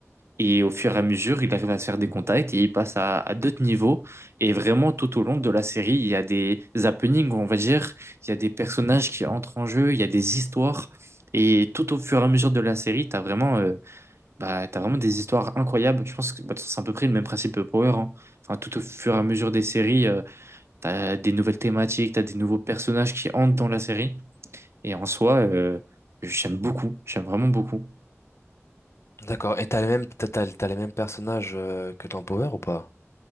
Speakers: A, on the right; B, on the left.
A: Et au fur et à mesure, il arrive à se faire des contacts et il passe à, à d'autres niveaux. Et vraiment, tout au long de la série, il y a des happenings, on va dire. Il y a des personnages qui entrent en jeu, il y a des histoires. Et tout au fur et à mesure de la série, tu as vraiment euh, bah, t'as vraiment des histoires incroyables. Je pense que bah, c'est à peu près le même principe que Power. hein. Enfin, tout au fur et à mesure des séries, euh, t'as des nouvelles thématiques, t'as des nouveaux personnages qui entrent dans la série. Et en soi, euh, j'aime beaucoup. J'aime vraiment beaucoup.
B: D'accord. Et t'as les mêmes, t'as, t'as- t'as les mêmes personnages euh, que dans Power ou pas?